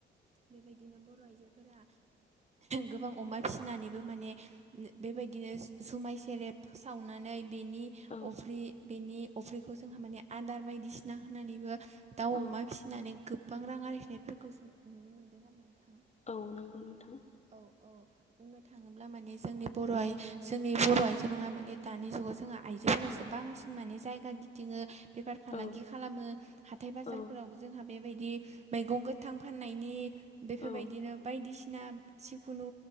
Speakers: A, on the right (about 35°); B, on the left (about 35°).
A: बेबायदिनो बर' आइजोफोरा गोबां अमा फिसिनानैबो माने बेबायदिनो जुमाय सेरेब सावनानै बेनि
B: औ
A: अफरि बेनि अफ्रिखौ जोंहा माने आदार बायदिसिना होनानैबो दाउ
B: औ
A: अमा फिसि फिनानै गोबां रां आरजिनायफोरखौ जों नुनो मोनदों आरो नोंथाङा।
B: औ नंगौ नोंथां
A: औ औ बुंनो थाङोब्ला माने जोंनि बर' आइ जोंनि बर' आइजो नङा माने दानि जुगाव जोंहा आइजोफोरासो बांसिन माने जायगा गिदिङो बेफार फालांगि
B: औ
A: खालामो हाथाय बाजारफोरावबो
B: औ
A: जोंहा बेबायदि मैगं गोथां फाननायनि बेफोरबायदिनो
B: औ
A: बायदिसिना जिखुनु